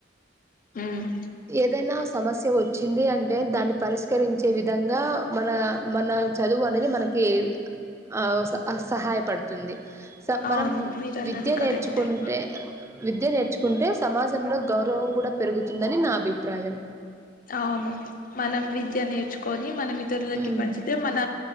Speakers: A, on the left; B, on the right.
A: హ్మ్
B: ఏదైనా సమస్య వచ్చింది అంటే దాన్ని పరిస్కరించే విధంగా మన మన చదువు అనేది మనక్ కి అవు స అ సహాయపడుతుంది. స మనం
A: అవును మీరన్నది
B: విద్య నేర్చుకుంటే
A: కరెక్టే
B: విద్య నేర్చుకుంటే సమాజంలో గౌరవం కూడా పెరుగుతుందని నా అభిప్రాయం.
A: అవును మనం విద్య నేర్చు కొని మనం ఇతరులకి
B: ఉమ్
A: పంచితే మన